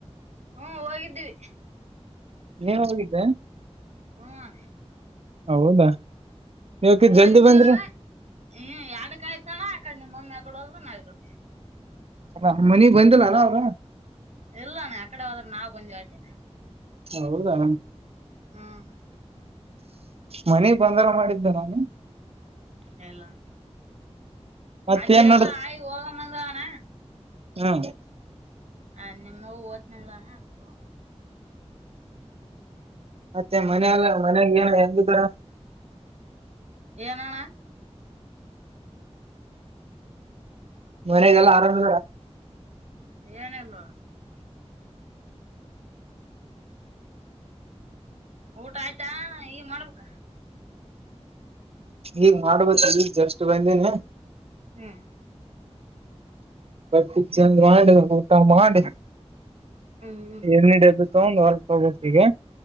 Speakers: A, on the right; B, on the right.
A: ಹ್ಮ ಹೋಗಿದ್ದೀವಿ
B: ನೀಏನ್ ಹೋಗಿದ್ದೆ
A: ಹ್ಮನ್
B: ಹೌದಾ ಇವಕ
A: ಹೋಗಿದ್ದೀವಣ್ಣ
B: ಜಲ್ದಿ ಬಂದ್ರಿ
A: ಹ ಎಡಕಾಯ್ತು ಯಕಡೆ ನಿಮ್ಮಮ್ಮಿ ಆ ಕಡೆ ಅಲ್ಲ ನಾ್ ಕಡೆ
B: ಅ ಮನ ಬಂದಲ್ಲಲ್ಲ ಅವರ
A: ಇಲ್ಲಾನ ಅಕಡೆ ಹದ್ರೆ ನಾ ಬಂದ ಬಟೆ
B: ಹೌದಾ
A: ಹ್ಮ್
B: ಮನೆಗ್ ಬಂದಾರ ಮಾಡಿದ್ದೆ ನಾನು
A: ಎಲ್ಲಾ
B: ಮತ್ತೇನ್
A: ಅದಕ್ಕೆ ಎಲ್ಲ ಆಗಿ ಹೋಗ ಬಂದವಣ
B: ಹಾ
A: ಅ ನಿಮ್ಮ ಓದನಲಾನ ಅತ
B: ಮತ್ತೆ ಮನ ಅಲ್ಲ ಮನೆ ಏನು ಹೆಂಗರ
A: ಏನಣ್ಣ
B: ಮನೆಗಲ್ಲ ಆರಾಮ
A: ಏನಲ್ಲ ಊಟ ಆಯ್ತಾ ಈಗ ಮಾಡ್ಬೇಕ
B: ಈಗ್ ಮಾಡ್ಬೇಕ ಈಗ ಜಸ್ಟ್ ಬಂದನ
A: ಹ್ಮ
B: ಬಟ್ಟಿ ಚಂದ ಮಾಡ ಊಟ ಮಾಡಿ
A: ಹ್ಮ್
B: ಎಡದು ರೋದು ಹೊರ್ಪೋಗೋಿಗೆ